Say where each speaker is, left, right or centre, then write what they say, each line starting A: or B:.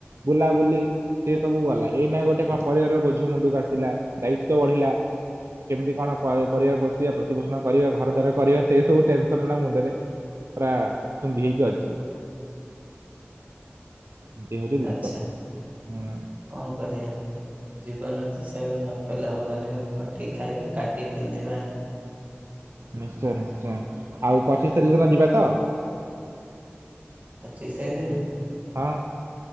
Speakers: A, on the right (about 75°); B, on the right (about 35°).
A: ବୁଲାବୁଲି ସିଏ ସବୁ ଗଲା ଏଇନା ଗୋଟେ କଁ ପରିବାରର ବୋଝ ମୁଣ୍ଡୁକୁ ଆସିଲା ଦାୟିତ୍ଵ ବଢିଲା। କେମିତି କଣ ପ ଏ ପରିବାର ପୋଷିବା ପ୍ରତିପୋଷଣ କରିବା ଘରଦ୍ୱାର କରିବା ସେଇ ସବୁ ଟେନସନ୍ ଏଇନା ମୁଣ୍ଡେରେ ପୁରା ଖୁନ୍ଦି ହେଇକି ଅଛି। ଏ ହଉଚି ଜିନିଷ
B: ଆଚ୍ଛା
A: ହୁଁ।
B: କଣ କରିଆ। ଜୀବନରେ ତ ସେଇଗୁରା ନକଲେ ହବନି ଆଉ ଖଟିକି ଖାଇବା କାଟିକି ପିନ୍ଧିବା
A: ନିଶ୍ଚୟ ନିଶ୍ଚୟ ଆଉ ପଚିଶ ତାରିକ୍ ଯୋଉ ଦିନ ଯିବା ତ
B: ପଚିଶ ତାରି ଦିନ?
A: ହଁ।